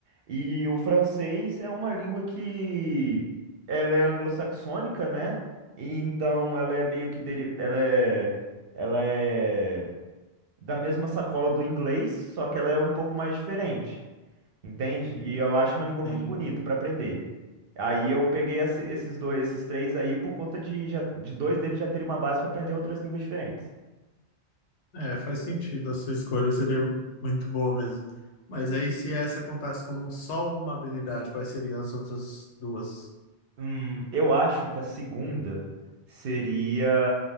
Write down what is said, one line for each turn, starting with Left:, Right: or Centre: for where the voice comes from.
Right: E o francês é uma língua que ela é anglo-saxônica, né? E então ela é meio que deri... ela é ela é da mesma sacola do inglês, só que ela é um pouco mais diferente, entende? E eu acho uma língua muito
Left: Sim.
Right: bonita para aprender. Aí eu peguei esse- esses dois, esses três aí por conta de já de dois deles já terem uma base para aprender outras línguas diferentes.
Left: É, faz sentido, a sua escolha seria muito boa mesmo. Mas aí, se essa contasse como só uma habilidade, quais seriam as outras duas?
Right: Hum, eu acho que a segunda seria